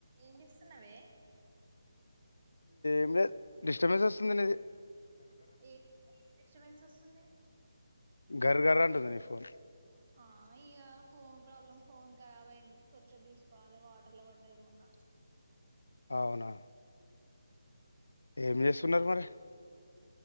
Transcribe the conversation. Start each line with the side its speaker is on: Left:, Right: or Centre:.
Right: ఏం చేస్తున్నావే
Left: ఎం లేద్ డిస్టర్బెన్స్ వస్తుంది నిది
Right: ఏ డిస్టబెన్స్ వస్తుంది
Left: గర్ గర్ ఉంటుంది నీ ఫోన్
Right: ఆ ఇగ ఫోన్ ప్రాబ్లమ్ ఫోన్ ఖరాబ్ అయింది కొత్తది తీసుకోవాలి వాటర్ ల పడ్డది మొన్న
Left: అవునా ఏం చేస్తున్నారు మరి